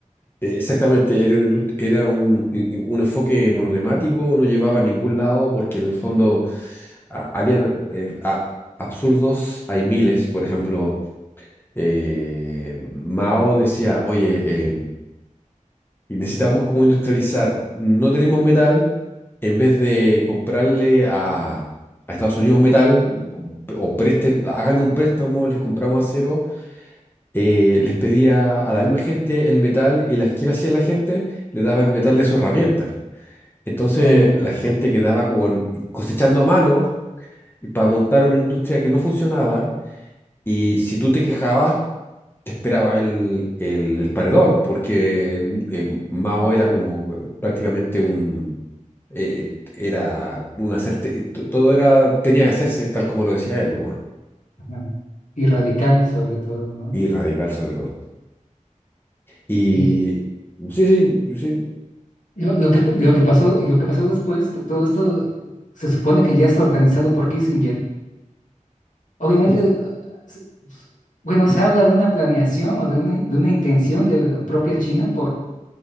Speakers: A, on the left; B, on the left.
A: Eh, Exactamente, era, una indust- era un, i- i- un enfoque monotemático, no llevaba a ningún lado porque en el fondo a- habían eh, a- absurdos, hay miles, por ejemplo, eh, Mao decía, oye, eh, necesitamos como industrializar, no tenemos metal, en vez de comprarle a, a Estados Unidos metal o, o presten, hagan un préstamo, les compramos acero eh, les pedía a la misma gente el metal y la, ¿qué le hacía la gente? Le daba el metal de su herramienta. Entonces
B: Oh,
A: la gente
B: s-
A: quedaba con, cosechando a mano y para montar una industria que no funcionaba y si tú te quejabas, te esperaba el, el, el paredón, porque mm, eh, Mao era como eh, prácticamente un... eh, era una certeza, todo era, tenía que hacerse tal como lo decía él, nomás,
B: ujú. Ajá. Y radical sobre todo, ¿no?
A: Y radical sobre todo. Y
B: Y
A: sí, sí, sí.
B: lo, lo que, pa- lo que pasó, y lo que pasó después, t- todo esto se supone que ya está organizado por Kissinger Obviamente,
A: Es-
B: ah, s- s- bueno,
A: ¿Mm?
B: se habla de una planeación o de una, de una intención de la propia China por